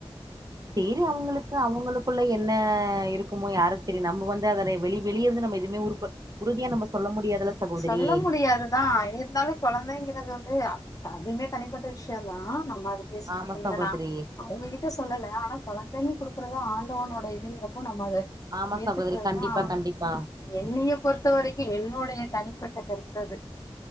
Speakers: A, on the right; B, on the left.
A: சேரி அவுங்களுக்கு அவுங்களுக்குள்ள என்ன இருக்குமோ யாருக் தெரியு‌ நம்ம வந்து அதன வெளி வெளியருந்து நம்ம எதுமே உறுப்ப உறுதியா நம்ம சொல்ல முடியாதுல சகோதரி
B: சொல்ல முடியாதுதா இருந்தாலு கொழந்தைங்கிறது வந்து அதுமே தனிப்பட்ட விஷ்யொந்தா நம்ம அத பேசிக்க
A: ஆமா
B: <unintelligible>
A: சகோதரி
B: அவுங்ககிட்ட சொல்லல ஆனா கொழந்தன் குடுக்குறது ஆண்டவனோட இதுங்கிறப்ப நம்ம அத
A: ஆமா
B: ஏத்துக்குறதுதா
A: சகோதரி கண்டிப்பா கண்டிப்பா
B: என்னிய பொறுத்த வரைக்கு என்னோடைய தனிப்பட்ட கருத்தது